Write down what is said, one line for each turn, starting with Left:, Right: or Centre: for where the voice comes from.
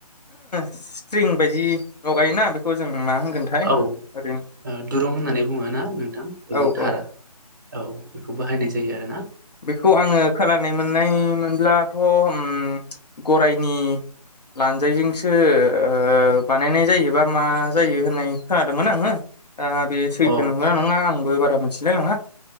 Left: स्ट्रिं बायदि लगायोना बेखौ जों मा होनगोनथाय
Right: औ
Left: ओरैनो
Right: दुरुं होननानै बुङो ना नोंथां दुरुं
Left: औ
Right: थार।
Left: औ
Right: औ बेखौ बाहायनाय जायो आरो।
Left: बेखौ आङो खोनानाय मोननाय मोनब्लाथ' ओम गरायनि लानजायजोंसो ओ बानायनाय जायोबा मा जायो होननाय खोनादोंमोन आङो। दा बे सैथो
Right: अ
Left: नंगौ ना नङा आंबो बारा मोनथिलाय लाङा।